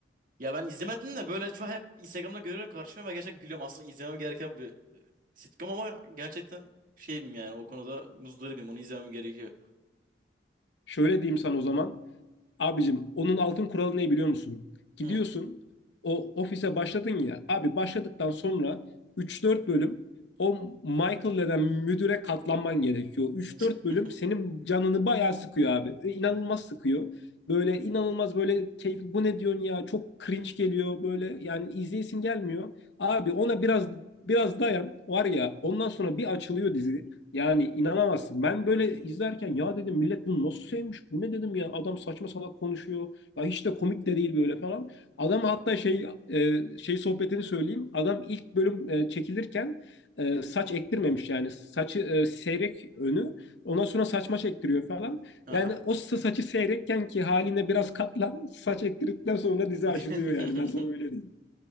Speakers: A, on the right (about 50°); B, on the left (about 70°).
A: Ya ben izlemedim de böyle çok hep Instagram'da görüyorum karşıma ve gerçekten gülüyorum. Aslında izlemem gereken bir sitcom ama gerçekten şeyim yani o konuda muzdaribim. Onu izlemem gerekiyor.
B: Şöyle diyeyim sana o zaman. Abicim onun altın kuralı ne biliyor musun? Gidiyorsun
A: Hı.
B: o ofise başladın ya. Abi başladıktan sonra üç dört bölüm o Michael denen müdüre katlanman gerekiyor. Üç
A: <laughs>
B: dört bölüm senin canını bayağı sıkıyor abi. E, İnanılmaz sıkıyor. Böyle inanılmaz böyle keyif bu ne diyorsun ya çok cringe geliyor böyle yani izleyesin gelmiyor. Abi ona biraz biraz dayan var ya ondan sonra bir açılıyor dizi. Yani inanamazsın. Ben böyle izlerken ya dedim millet bunu nasıl sevmiş? Bu ne dedim ya? Adam saçma salak konuşuyor. Ya hiç de komik de değil böyle falan. Adam hatta şey e, şey sohbetini söyleyeyim. Adam ilk bölüm e, çekilirken e, saç ektirmemiş yani. Saçı e, seyrek önü. Ondan sonra saçma çektiriyor falan.
A: Aha.
B: Yani o sa- saçı seyrekken ki haline biraz katlan. Saç ektirdikten sonra dizi
A: <laughs>
B: açılıyor yani. Ben sana öyle diyeyim.